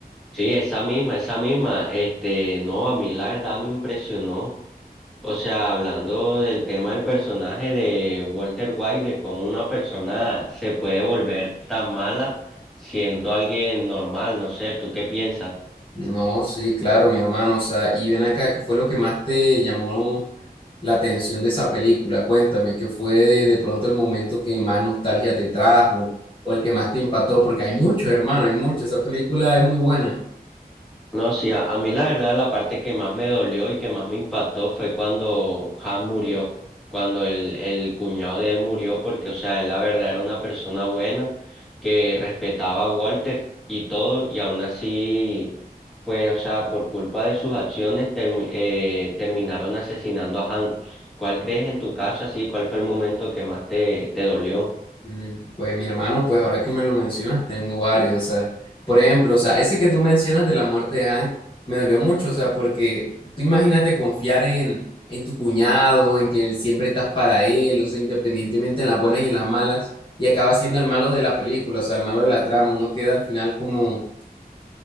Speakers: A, in the centre; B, on the left.
A: Sí, esa misma, esa misma. Este, no, a mí la verdad me impresionó. O sea, hablando del tema del personaje de Walter White, de cómo una persona se puede volver tan mala siendo alguien normal, no sé, ¿tú qué piensas?
B: No, sí, claro, mi hermano. O sea, y ven acá, ¿qué fue lo que más te llamó la atención de esa película? Cuéntame, ¿qué fue de, de pronto el momento que más nostalgia te trajo o el que más te impactó? Porque hay muchos, hermano, hay muchos. Esa película es muy buena.
A: No, sí, a, a mí la verdad la parte que más me dolió y que más me impactó fue cuando Han murió, cuando el, el cuñado de él murió, porque, o sea, él la verdad era una persona buena que respetaba a Walter y todo, y aún así, pues, o sea, por culpa de sus acciones termi- eh, terminaron asesinando a Han. ¿Cuál crees en tu caso así? ¿Cuál fue el momento que más te, te dolió?
B: Mm, Pues mi hermano, pues ahora que me lo mencionas, tengo varios, o sea, por ejemplo, o sea, ese que tú mencionas de la muerte de Hank me dolió mucho, o sea, porque tú imagínate confiar en, en tu cuñado, en que siempre estás para él, o sea, independientemente en las buenas y en las malas, y acaba siendo el malo de la película, o sea, el malo de la trama, uno queda al final como